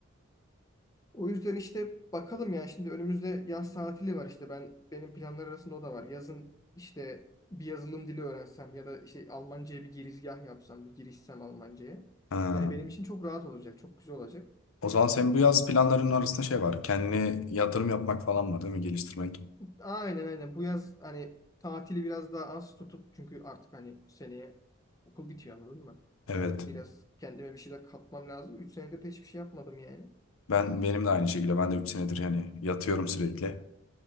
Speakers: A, on the left (about 15°); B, on the left (about 70°).
A: O yüzden işte bakalım ya şimdi önümüzde yaz tatili var işte ben benim planlar arasında o da var. Yazın işte bir yazılım dili öğrensem ya da işte Almanca'ya bir girizgah yapsam, bir girişsem Almanca'ya.
B: Ha.
A: Hani benim için çok rahat olacak, çok güzel olacak.
B: O zaman senin bu yaz planlarının arasında şey var. Kendine yatırım yapmak falan var değil mi? Geliştirmek.
A: Aynen aynen. Bu yaz hani tatili biraz daha az tutup çünkü artık hani seneye okul bitiyor anladın mı?
B: Evet.
A: Biraz kendime bir şeyler katmam lazım. 3 senedir de hiçbir şey yapmadım yani.
B: Ben benim de aynı şekilde. Ben de bir senedir yani yatıyorum sürekli.